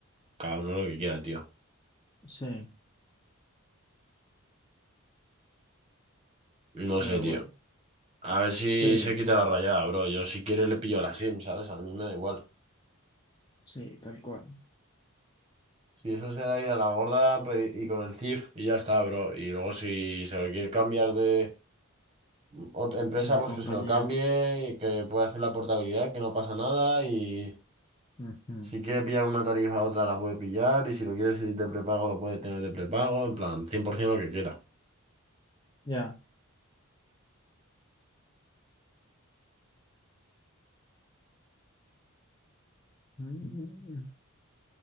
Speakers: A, on the right (about 25°); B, on the left (about 20°).
A: Cada uno lo que quiera, tío.
B: Sí,
A: No
B: pero
A: sé, tío.
B: bueno.
A: A ver si
B: Sí,
A: se quita la rayada, bro. Yo si quiere le pillo
B: Ujú.
A: la SIM, ¿sabes? A mí me da igual.
B: sí, tal cual.
A: Si eso será ir a la gorda pe- y con el CIF y ya está, bro. Y luego si se lo quiere cambiar de otra empresa,
B: De
A: pues
B: compañía.
A: que se lo cambie y que pueda hacer la portabilidad, que no pasa nada. Y
B: Ujú,
A: si quiere pillar una tarifa a otra, la puede pillar. Y si lo quiere de prepago, lo puede tener de prepago. En plan, 100% lo que quiera.
B: Ya. Ujú,